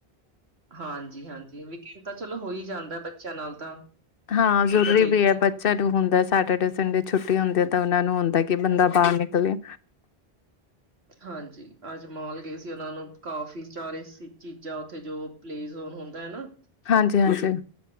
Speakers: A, on the right (about 80°); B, on the left (about 65°).
A: ਹਾਂਜੀ-ਹਾਂਜੀ। ਵਿਕੈਂਨਡ ਤਾਂ ਚਲੋ ਹੋ ਹੀ ਜਾਂਦਾ ਬੱਚਿਆਂ ਨਾਲ ਤਾਂ।
B: ਹਾਂ, ਜ਼ਰੂਰੀ
A: ਉਹ ਤਾਂ ਡੇਲੀ
B: ਵੀ ਐ ਬੱਚਿਆਂ ਨੂੰ ਹੁੰਦਾ ਸੈਟਰਡੇ ਸੰਡੇ ਛੁੱਟੀ ਹੁੰਦੀ ਤਾਂ ਉਹਨਾਂ ਨੂੰ ਹੁੰਦਾ ਕਿ ਬੰਦਾ ਬਾਹਰ ਨਿਕਲੇ
A: ਹਾਂਜੀ, ਅੱਜ ਮੋਲ ਗਏ ਸੀ ਉਹਨਾਂ ਨੂੰ ਕਾਫੀ ਸਾਰੇ ਚੀਜ਼ਾਂ ਉੱਥੇ ਜੋ ਪਲੇਸ ਹੁੰਦਾ ਨਾ।
B: ਹਾਂਜੀ-ਹਾਂਜੀ।